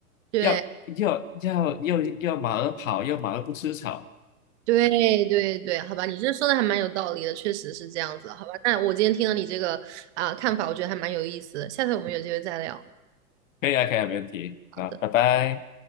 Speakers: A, on the right; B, on the left.
A: 对。
B: 要要要要要马儿跑，要马儿不吃草。<laughs>
A: 对对对，好吧，你这说的还蛮有道理的，确实是这样子，好吧。那我今天听了你这个啊、看法，我觉得还蛮有意思的，下次我们有机会再聊。
B: 可以啊，可以啊，没问题。
A: 好的。
B: 那拜拜。